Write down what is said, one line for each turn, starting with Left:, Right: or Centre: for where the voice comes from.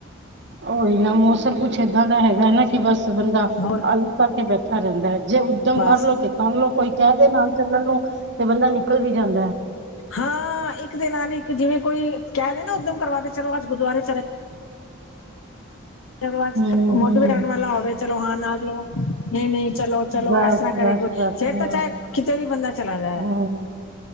Right: ਓਹੀ ਨਾ ਮੌਸਮ ਕੁੱਛ ਏਦਾਂ ਦਾ ਹੈਗਾ ਨਾ ਕੀ ਬਸ ਬੰਦਾ
Left: ਹੋਰ
Right: ਆਲਸ ਕਰਕੇ ਬੈ ਠਾ ਰੈਂਦੈ ਜੇ ਉੱਦਮ
Left: ਬਸ
Right: ਕਰਲ ਲੋ ਤੇ ਕਰ ਲੋ ਕੋਈ ਕੈ ਦੇ ਨਾਲ ਚੱਲਣ ਨੂੰ ਤੇ ਬੰਦਾ ਨਿਕਲ ਵੀ ਜਾਂਦੈ।
Left: ਹਾਂ ਇੱਕ ਦੇ ਨਾਲ ਇੱਕ ਜਿਵੇਂ ਕੋਈ ਕੈ ਦੇ ਨਾ ਉੱਦਮ ਕਰਵਾ ਦੇ ਚਲੋ ਅੱਜ ਗੁਰਦੁਆਰੇ ਚਲੇ
Right: <unintelligible>
Left: ਜਦੋਂ ਅਜ
Right: ਹੂੰ
Left: ਮੁੱਢ
Right: ਹੂੰ
Left: ਪੈਰਨ ਵਾਲਾ ਹੋਵੇ ਚਲੋ ਹਾਂ, ਨਾ ਚਲੋ। ਨਹੀਂ, ਨਹੀਂ, ਚਲੋ, ਚਲੋ
Right: ਬਸ
Left: ਇਸ ਤਰ੍ਹਾਂ ਕਰੇ
Right: ਬਸ
Left: ਕੋਈ
Right: ਬਸ
Left: ਫਰ
Right: ਹਾਂ
Left: ਤਾਂ ਚਾਹ ਕਿਤੇ ਵੀ ਬੰਦਾ ਚਲਾ ਜਾ
Right: ਹਾਂ